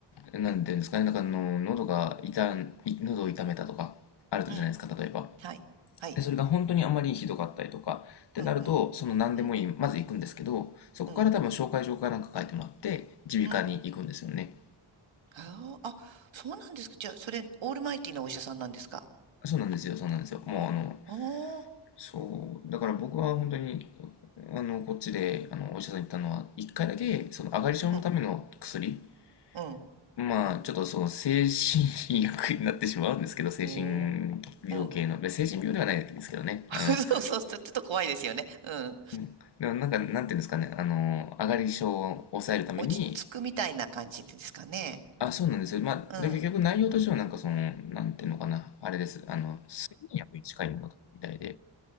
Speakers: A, on the left; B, on the right.
A: なんていうんですかね、なんかあの、喉が痛ん、い喉を痛めたとか、あるじゃないですか、
B: うん、
A: 例えば。
B: はい、はい、
A: で、それが本当にあまりひどかったりとか、ってなると、
B: うん、うん、
A: その何でもいい、
B: うん、
A: まず行くんですけど、そこから多分紹介状かなんか書いてもらって、
B: うん、
A: 耳鼻科に行くんですよね。
B: うん。あーあ、そうなんですか。じゃあ、それ、オールマイティーなお医者さんなんですか
A: そうなんですよ、そうなんですよ。もうあの、
B: あ、あー、
A: そう、だから僕は本当に、あの、こっちで、あの、お医者さんに行ったのは、一回だけ、その、上がり症のための薬、
B: うん、うん、
A: まあ、ちょっとその、精神医薬になってしまうんですけど、精神病系の、
B: おーうん
A: で精神病ではないですけどね、
B: <laughs>
A: あの、
B: そうそう、ちょっと怖いですよね。うん。
A: うん、でもなんか、なんていうんですかね、あの、上がり症を抑えるために、
B: 落ち着くみたいな感じですかね。
A: あ、そうなんですよ。まあ、
B: うん。
A: で、結局内容としてはなんかその、なんていうのかな、あれです。あの、睡眠薬に近いものだみたいで、